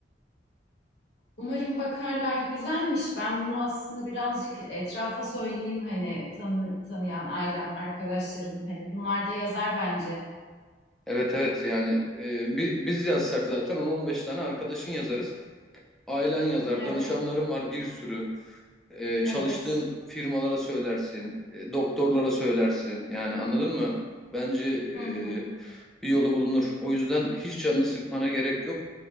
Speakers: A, on the left; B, in the centre.
A: Umarım bakarlar. Güzelmiş. Ben bunu aslında birazcık etrafa söyleyeyim hani tanı, tanıyan ailem, arkadaşlarım. Hani bunlar da yazar bence.
B: Evet evet yani e, bi- biz yazsak zaten 10-15 tane arkadaşın yazarız. Ailen yazar,
A: Evet.
B: danışanların var bir sürü. E,
A: Evet.
B: çalıştığın firmalara söylersin, e, doktorlara söylersin. Yani anladın mı? Bence e,
A: Hı hı.
B: bir yolu bulunur. O yüzden hiç canını sıkmana gerek yok.